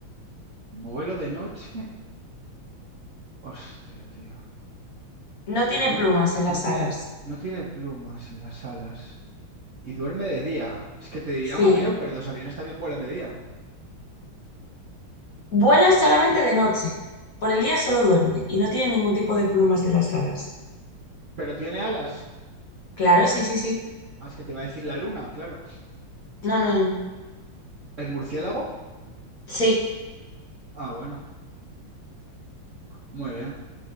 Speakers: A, on the right; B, on the left.
A: Vuelo de noche. Hostia, tío.
B: No tiene
A: Y nunca,
B: plumas en las
A: no tiene,
B: alas.
A: no tiene plumas en las alas. Y duerme de día. Es que te diría
B: Sí.
A: un avión, pero los aviones también vuelan de día.
B: Vuela solamente de noche. Por el día solo duerme y no tiene ningún tipo de plumas en las alas.
A: Pero tiene alas.
B: Claro, sí, sí, sí.
A: Ah, es que te va a decir la luna, claro.
B: No, no, no.
A: ¿El murciélago?
B: Sí.
A: Ah, bueno, muy bien.